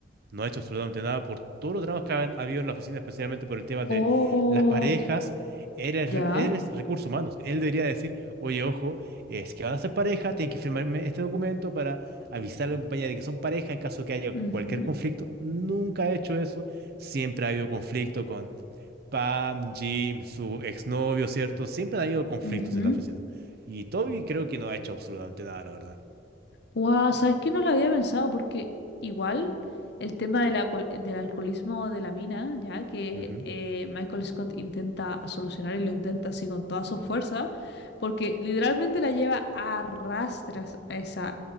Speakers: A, on the right; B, on the left.
A: No ha hecho absolutamente nada por todos los dramas que han habido en la oficina, especialmente por el tema de
B: Oh,
A: las parejas. Él es,
B: ya.
A: re- él es recursos humanos. Él debería decir, oye, ojo, es que van a ser pareja, tienen que firmarme este documento para avisar a la compañía de que son pareja en caso que haya
B: Ujú,
A: cualquier conflicto. Nunca ha hecho eso. Siempre ha habido conflicto con Pam, Jim, su exnovio, ¿cierto? Siempre ha habido conflictos
B: ujú.
A: en la oficina. Y Toby creo que no ha hecho absolutamente nada, la verdad.
B: Guau, ¿sabes qué? No lo había pensado porque igual el tema del, alcohol- del alcoholismo de la mina, ya que
A: Ujú.
B: eh, Michael Scott intenta solucionar y lo intenta así con toda su fuerza, porque literalmente la lleva a rastras a esa,